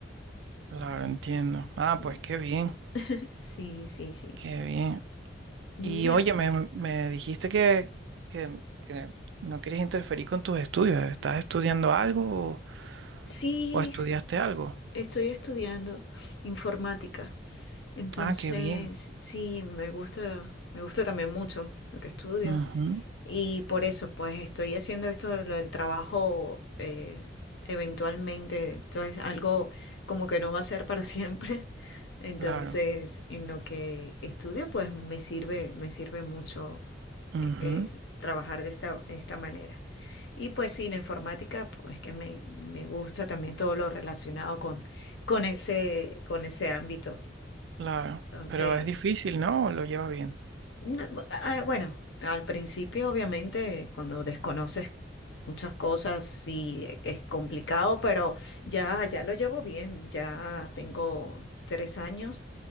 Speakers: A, on the right (about 70°); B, on the left (about 75°).
A: claro, entiendo. Ah,
B: Sí,
A: pues qué bien,
B: sí, sí, sí.
A: qué bien.
B: Mira,
A: Y oye, me, me dijiste que, que, que no quieres interferir con tus estudios. ¿Estás estudiando algo o,
B: sí,
A: o estudiaste algo?
B: Estoy estudiando informática, entonces
A: Ah, qué bien.
B: sí, me gusta, me gusta también mucho lo que estudio
A: Ujú,
B: y por eso pues estoy haciendo esto, lo del trabajo eh, eventualmente, entonces algo como que no va a ser para <laughs> siempre, entonces
A: Claro,
B: en lo que estudio pues me sirve, me sirve mucho
A: ujú,
B: eh, trabajar de esta, de esta manera. Y pues sí, la informática, pues que me, me gusta también todo lo relacionado con, con ese, con ese ámbito.
A: claro.
B: Entonces...
A: Pero es difícil, ¿no? ¿O lo llevas bien?
B: No, bu- ah, bueno, al principio obviamente cuando desconoces muchas cosas sí e- es complicado, pero ya, ya lo llevo bien, ya tengo tres años